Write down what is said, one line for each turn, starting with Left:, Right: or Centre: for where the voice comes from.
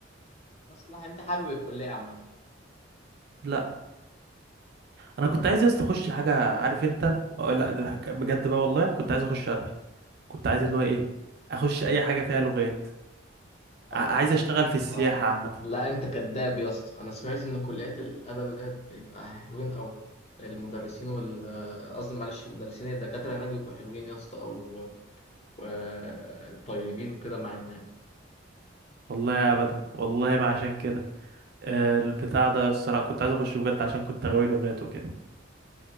Left: مصلحة انت حابب الكلية عامة
Right: لا انا كنت عايز يا اسطى اخش حاجه عارف انت لا ده ك- بجد بقى والله كنت عايز اخش ادبي كنت عايز اللي هو ايه اخش اي حاجه فيها لغات ع-
Left: اه
Right: عايز اشتغل في السياحه
Left: اه
Right: عامه
Left: لا انت كداب يا اسطى انا سمعت ان كليات الادب ده بيبقى حلوين قوي المدرسين وال قصدي معلش المدرسين الدكاترة هناك بيبقوا حلوين يا اسطى او و- طيبين كده مع الناس
Right: والله ابدا والله ما عشان كده آه، البتاع ده الصراحه كنت عايز اخش بجد عشان كنت غاوي لغات وكده